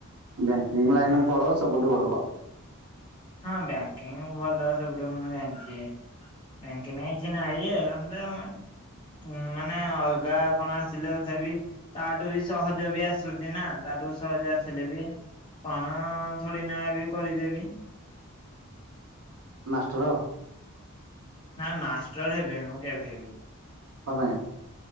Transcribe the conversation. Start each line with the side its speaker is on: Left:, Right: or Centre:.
Right: ବ୍ୟାଙ୍କିଙ୍ଗି ଲାଇନ୍
Left: ହଁ।
Right: ରେ ପଳୁଅ ସବୁଠୁ ଭଲ।
Left: ହଁ ବ୍ୟାଙ୍କିଙ୍ଗି ଭଲ ସବୁୁଠୁ ମୁଁ ଜାଣିଚି। ବ୍ୟାଙ୍କି ଲାଇନି କିଛି ନାହିଁ ଯେ ସନ୍ଦେହମ ଉଁ ମାନେ ଅଲଗା କଣ ଆସିଲେ ତଥାପି ତାଆଠୁବି ସହଜବି ଆସୁଛିନା ତାଆଠୁ ସହଜ ଆସିଲେବି କଣ? ଥୋଡିନାବି କରିଦେବି।
Right: ମାଷ୍ଟର।
Left: ନା ମାଷ୍ଟର ଏବେ ନୁହେଁ କେବେ କେବେବି।
Right: କପାଇଁ?